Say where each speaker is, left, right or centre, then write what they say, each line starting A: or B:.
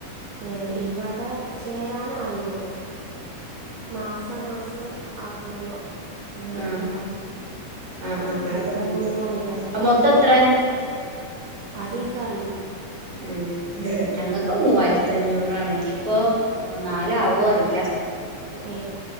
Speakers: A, on the right; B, on the right.
A: ഏ ഇവിടെചേരാനായിരം മാസ മാസം അറുന്നൂറോ അങ്ങനെയൊക്കെ
B: ആ
A: പറഞ്ഞു
B: ആആ
A: ഇനിയിപ്പം എങ്ങനെ അറിയില്ല കേട്ടോ
B: മൊത്തം എത്ര
A: അതെനിക്കറിയില്ല
B: ഉം ഞങ്ങക്ക് മൂവായിരത്തഞ്ഞൂറ് ആണ് ഇനിയിപ്പോ ആ നാലാവോ അറിയില്ല
A: ഏ